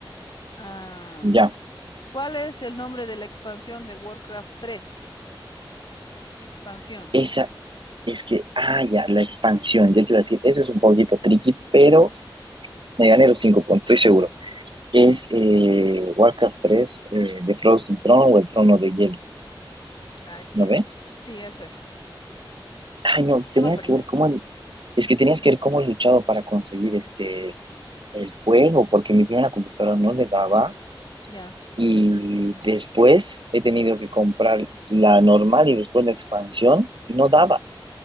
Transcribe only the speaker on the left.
Ah,
¿cuál es el nombre de la expansión de Warcraft tres Expansión.
Ay, sí,
eso
es. Sí, eso es.
Qué barbaridad.
Ya.